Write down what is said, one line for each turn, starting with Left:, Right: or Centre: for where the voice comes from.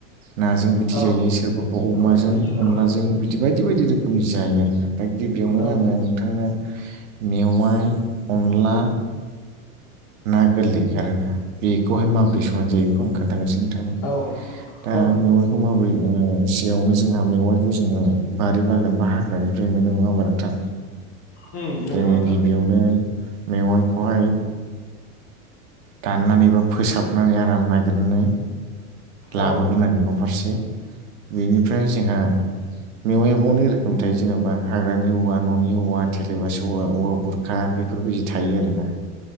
Right: नाजों बिदि
Left: औ
Right: जायो सोरबाबा अमाजों
Left: जायो
Right: अनलाजों
Left: औ
Right: बिदि बायदि-बायदि रोखोमनि जायो आरो ना। ओमफ्राय गिबियावनो
Left: औ
Right: आङो नोंथांनो मेवाइ अनला ना गोरलै आरोना बेखौहाय माबोरै संनानै जायो आं खोन्थाग्रोसै नोंथांनो
Left: औ
Right: दा
Left: औ
Right: मेवाय खौ माबोरै ओ सेयावनो जोंहा मेवाइखौ जोङो बारि बागान बा हाग्रानिफ्राय मोनो नङा होमबा नों थां
Left: उम नंगौ
Right: जोङो
Left: नोंथां
Right: गिबियावनो मेवाइखौहाय दाननानै बा फोसाबनानै आराम नागिरनानै लाबोग्रोनांगोन
Left: औ
Right: न'फारसे बेनिफ्राय जोंहा मेवाइयाबो अनेक रोखोम थायो जेनेबा हाग्रानि औवा न'नि औवा थेलेबासो औवा औवा बुर फ्रा बेफोरबायदि थायो आरोना।